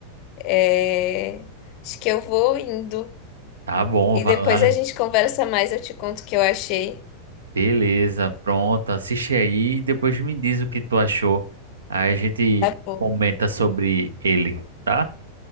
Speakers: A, on the left; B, on the right.
A: É, acho que eu vou indo.
B: Tá bom,
A: E
B: vai
A: depois
B: lá.
A: a gente conversa mais, eu te conto o que eu achei.
B: Beleza, pronto. Assiste aí e depois me diz o que tu achou. Aí a gente
A: Tá bom.
B: comenta sobre ele, tá?